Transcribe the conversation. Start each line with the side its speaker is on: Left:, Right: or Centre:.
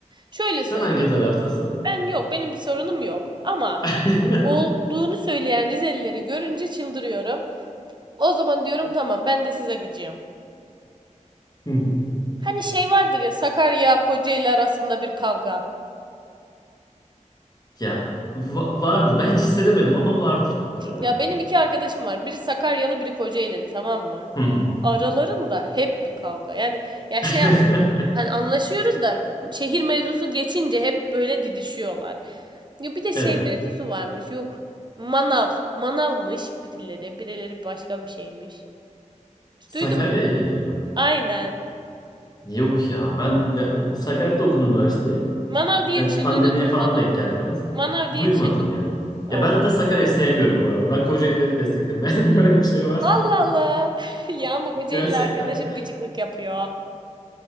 Right: Şöyle
Left: Sen
Right: söyleyeyim.
Left: hangi taraftasın?
Right: Ben yok, benim bir sorunum yok. Ama
Left: <laughs>
Right: olduğunu söyleyen Rizelileri görünce çıldırıyorum. O zaman diyorum tamam ben de size gıcığım.
Left: Hı hı.
Right: Hani şey vardır ya Sakarya Kocaeli arasında bir kavga.
Left: Ya va- vardı. Ben hiç hissedemedim ama vardır muhtemelen.
Right: Ya benim iki arkadaşım var. Biri Sakaryalı, biri Kocaelili, tamam mı?
Left: Hı hı.
Right: Aralarında hep bir kavga. Yani ya
Left: <laughs>
Right: şey anlat. Hani anlaşıyoruz da şehir mevzusu geçince hep böyle didişiyorlar. Ya bir de şey
Left: Evet.
Right: mevzusu varmış. Yok. Manav. Manavmış birileri. Birileri başka bir şeymiş.
Left: Sakarya
Right: Duydun mu?
Left: ile ilgili mi?
Right: Aynen.
Left: Yok ya. Ben ya, o- Sakarya'da okudum üniversiteyi.
Right: Manav diye
Left: Gerçi
Right: bir şey
Left: pandemiye
Right: duydun mu?
Left: falan
Right: Manav.
Left: denk geldi biraz.
Right: Manav diye
Left: Duymadım
Right: bir şey duydun
Left: ya.
Right: mu?
Left: Ya
Right: Oo.
Left: ben zaten Sakarya'yı sevmiyorum bu arada. Ben Kocaeli'leri desteklerim. <laughs> Eğer böyle bir şey varsa.
Right: Allah Allah. <laughs> Ya bu Kocaelili
Left: Gerçekten.
Right: arkadaşım gıcıklık yapıyor.